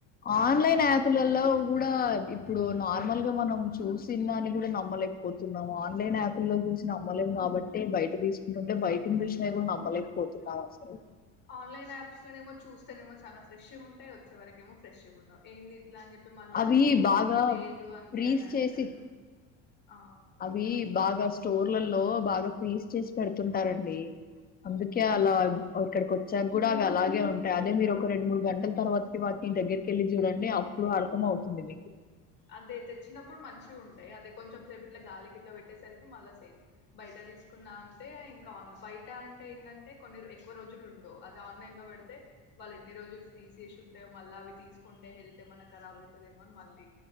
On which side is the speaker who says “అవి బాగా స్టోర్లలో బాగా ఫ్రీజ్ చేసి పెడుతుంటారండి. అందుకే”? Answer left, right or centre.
Left